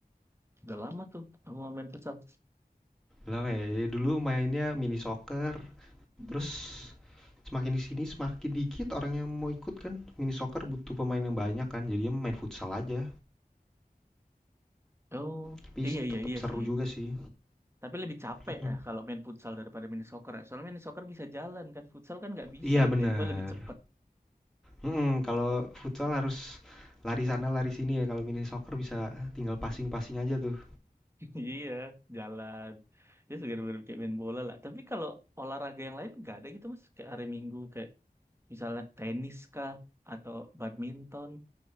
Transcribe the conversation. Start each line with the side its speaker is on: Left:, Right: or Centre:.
Right: Udah lama tuh aku nggak main futsal.
Centre: Lama ya, ya dulu mainnya mini soccer,
Right: Mm.
Centre: Terus semakin di sini semakin dikit orang yang mau ikut kan. Mini soccer butuh pemain yang banyak kan. Jadinya main futsal aja.
Right: Oh,
Centre: Tapi
Right: iya
Centre: tetap
Right: iya iya
Centre: seru
Right: sih.
Centre: juga sih.
Right: Tapi lebih capek
Centre: Mm-mm.
Right: ya kalau main futsal daripada mini soccer. ya. Soalnya mini soccer bisa jalan kan, futsal kan nggak bisa.
Centre: Iya bener.
Right: Tempo lebih cepet.
Centre: Mm-mm, kalau futsal harus lari sana lari sini ya. Kalau mini soccer bisa tinggal
Right: Mm.
Centre: passing-passing
Right: <laughs>
Centre: aja tuh.
Right: Iya, jalan. Ya segar-segar kayak main bola lah. Tapi kalau olahraga yang lain nggak ada gitu mas. Kayak hari Minggu kayak misalnya tenis kah atau badminton.